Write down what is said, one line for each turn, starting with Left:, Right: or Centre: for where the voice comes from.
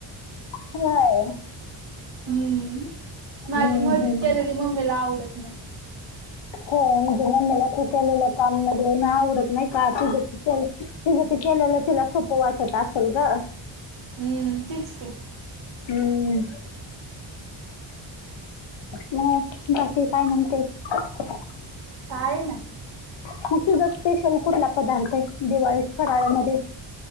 Left: होय
Right: हम्म माझी
Left: हम्म
Right: मदत
Left: हम्म
Right: केलेली मम्मीला आवडत नाही.
Left: होय, म्हणजे मम्मीला तू केलेलं काम आवडत नाही. का तूझं तू करीत तिझ ते केलेला तिला सोपं वाटत. असेल ग
Right: हम्म तेच की
Left: हम्म मग बाकी काय म्हण तेस.
Right: काय नाही.
Left: तूझं स्पेशल कुठला पदार्थ दिवाळी फराळ्यामध्ये,